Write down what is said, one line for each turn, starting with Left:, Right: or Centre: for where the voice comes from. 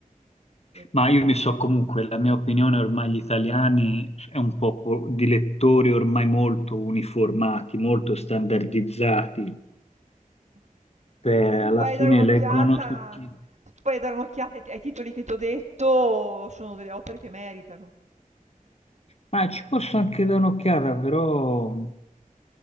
Right: Eh,
Left: ma io mi so comunque, la mia opinione ormai gli italiani è un popolo di lettori ormai molto uniformati, molto standardizzati,
Right: mm.
Left: Cioè,
Right: Se tu
Left: alla
Right: vai
Left: fine
Right: a dare un'occhiata,
Left: leggono tutti.
Right: se tu vai a dare un'occhiata ai ai titoli che ti ho detto, sono delle opere che meritano.
Left: Ma ci posso anche dare un'occhiata, però